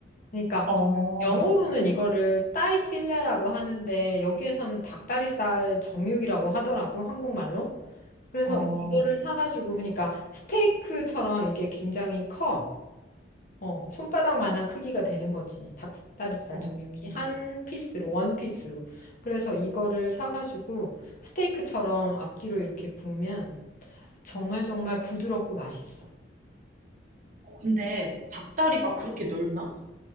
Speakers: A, on the left; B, on the right.
A: 그러니까
B: 어,
A: 영어로는 이거를 따이 필레라고 하는데 여기에서는 닭다리살 정육이라고 하더라고. 한국말로. 그래서
B: 어,
A: 이거를 사가지고 그러니까 스테이크처럼 이게 굉장히 커. 어, 손바닥만한 크기가 되는 거지. 닭다리살
B: 어.
A: 정육이 한 피스로, 원 피스로. 그래서 이거를 사가지고 스테이크처럼 앞뒤로 이렇게 구우면 정말 정말 부드럽고 맛있어.
B: 근데 닭다리가 그렇게 넓나?